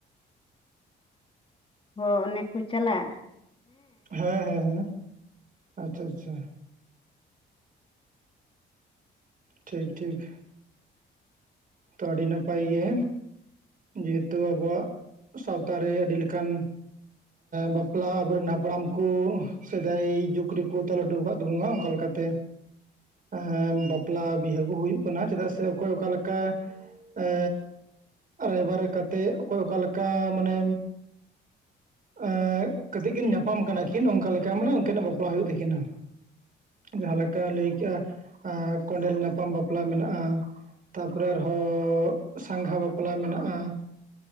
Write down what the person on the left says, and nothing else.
ᱦᱚᱸ ᱚᱱᱮ ᱠᱚ ᱪᱟᱞᱟᱜ᱾